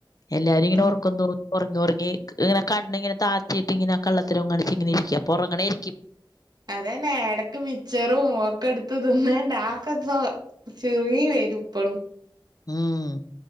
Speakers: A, on the left; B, on the right.
A: എല്ലാരും ഇങ്ങനെ
B: ഉം
A: ഉറക്കംതൂങ്ങും ഉറങ്ങി ഉറങ്ങി ഇങ്ങനെ കണ്ണിങ്ങനെ താത്തിട്ട് ഇങ്ങനെ കള്ളത്തരം കാണിച്ച ഇങ്ങനെ ഇരിക്കും അപ്പൊ ഉറങ്ങാണരിക്കും
B: അതെന്നെ ഇടക്ക് മിച്ചറും ഒക്കെ എടുത്ത് തിന് നാക്കെന്തോ ചിറി വേരും ഇപ്പളും
A: ഉം